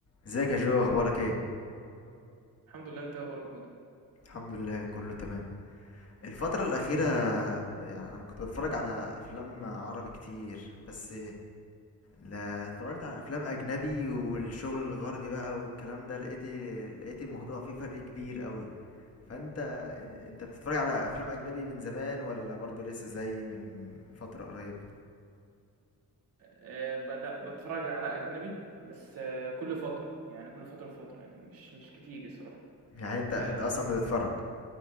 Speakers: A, on the left; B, on the right.
A: ازيك يا جو اخبارك ايه
B: الحمد لله انت إيه اخبارك يا حوده
A: الحمد لله كله تمام الفترة الأخيرة يعني أنا كنت بتفرج على أفلام عربي كتير بس لا اتفرجت على أفلام أجنبي والشغل الغربي بقى والكلام ده لقيت لقيت الموضوع فيه فرق كبير قوي فأنت أنت بتتفرج على أفلام أجنبي من زمان ولا برضو لسه زي من فترة قريبة
B: أه بدأ بتفرج على اجنبي بس أه كل فتره يعني كل فتره فتره يعني مش مش كتير الصراحه
A: يعني أنت
B: ف
A: أنت أصلا بتتفرج